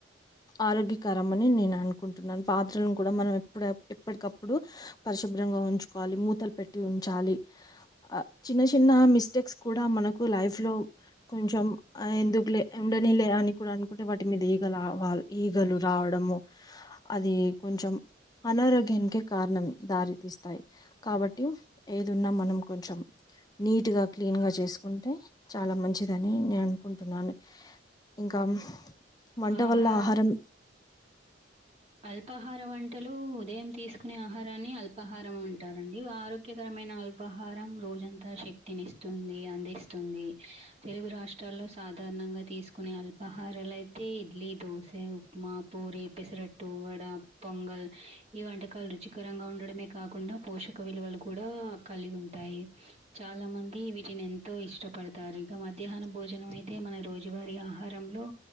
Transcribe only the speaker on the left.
ఆరోగ్యకరం అని నేను అనుకుంటున్నాను, పాత్రలను కూడా మనం ఇప్పుడ ఎప్పటికప్పుడు పరిశుభ్రంగా ఉంచుకోవాలి, మూతలు పెట్టి ఉంచాలి. ఆ చిన్న చిన్న మిస్టేక్స్ కూడా మనకు లైఫ్ లో కొంచెం ఆ ఎందుకు లే, ఉండని లే అన్ ని కూడా అనుకుంటే వాటి మీద ఈగ రా వాల్ ఈగలు రావడము, అది కొంచెం అనారోగ్యానికే కారణం దారితీస్తాయి, కాబట్టి ఏదున్నా మనం కొంచెం నీట్గా క్లీన్ గా చేసుకుంటే చాలా మంచిదని నేను అనుకుంటున్నాను. ఇంకా వంట
వల్ల ఆహారం